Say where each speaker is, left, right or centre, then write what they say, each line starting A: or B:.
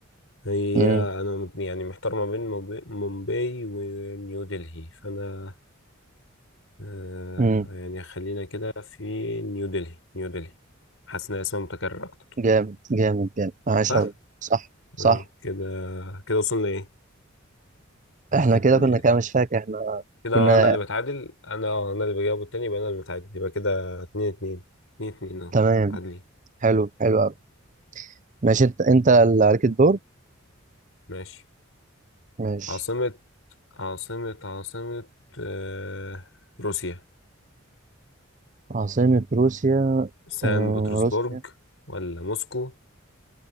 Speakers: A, on the left; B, on the right.
A: هي
B: امم
A: أنا مت- يعني محتار ما بين موب- مومباي ونيو دلهي فأنا آه
B: امم
A: يعني خلينا كده في نيو دلهي نيو دلهي حاسس إن اسمها متكرر أكتر
B: جامد جامد جامد عاش
A: صح؟
B: أوي صح صح
A: أي كده كده وصلنا إيه؟
B: احنا
A: اتن...
B: كده كنا كده مش فاكر احنا
A: كده
B: كنا
A: أنا اللي بتعادل أنا أنا اللي بجاوب التاني يبقى أنا اللي بتعادل يبقى كده اتنين اتنين اتنين اتنين أهو
B: تمام
A: عادلين
B: حلو حلو أوي ماشي انت انت اللي عليك الدور
A: ماشي
B: ماشي
A: عاصمة عاصمة عاصمة آه روسيا
B: عاصمة روسيا
A: سان
B: آه
A: بطرسبرج
B: روسيا
A: ولا موسكو